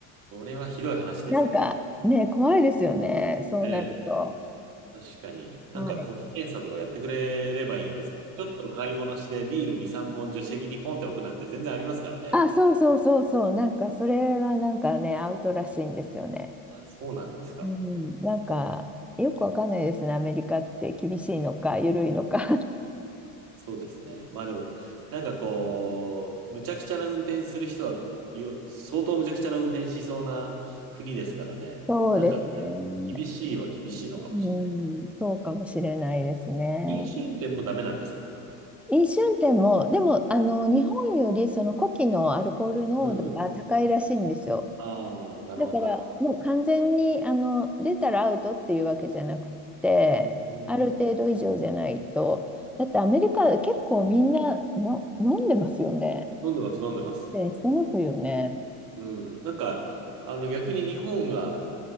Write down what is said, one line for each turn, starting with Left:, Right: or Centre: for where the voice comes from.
Right: それはひどい話ですね。
Centre: なんかね、怖いですよね、そうなると。
Right: ええ。確かに。なんか、
Centre: はい。
Right: 呼気検査とかやってくれればいいんですけど、ちょっと買い物してビール2、3本助手席にポンって置くなんて全然ありますからね。
Centre: あ、そうそうそうそう、なんかそれはなんかね、アウトらしいんですよね。
Right: あ、そうなんですか。
Centre: うん、なんかよくわかんないですね、アメリカって厳しいのか、緩いのか。
Right: そうですね。まあでも、なんかこう、むちゃくちゃな運転する人は、よ相当むちゃくちゃな運転しそうな国ですからね。
Centre: そうですね。
Right: なんか厳しいは厳しいのかもしれない。
Centre: うん、そうかもしれないですね。
Right: 飲酒運転もダメなんですか
Centre: 飲酒運転も、でも、あの、日本よりその呼気のアルコール濃度が高いらしいんですよ。
Right: うんうん。ああ、なるほど、
Centre: だから、
Right: なるほど。
Centre: もう完全に、あの、出たらアウトっていうわけじゃなくて、
Right: うん。飲
Centre: ある程度以上じゃないと。だってアメリカ結構みんなの飲んでますよね。
Right: んでます、飲んでます。
Centre: でしてますよね。
Right: うん。うんなんか、あの、逆に日本が